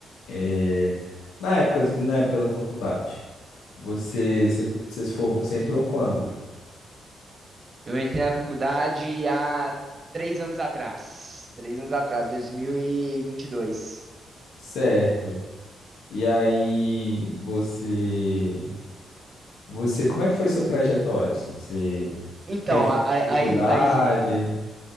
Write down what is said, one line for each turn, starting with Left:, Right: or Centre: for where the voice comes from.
Left: é, na época, na época da faculdade, você, você, você, se for, você entrou quando?
Right: Eu entrei na faculdade há três anos atrás. Três anos atrás, dois mil e e vinte e dois
Left: Certo. E aí, você, você, como é que foi sua trajetória, assim? Você
Right: Então,
Left: teve
Right: a- a-
Left: dificuldade?
Right: aí, aí, você,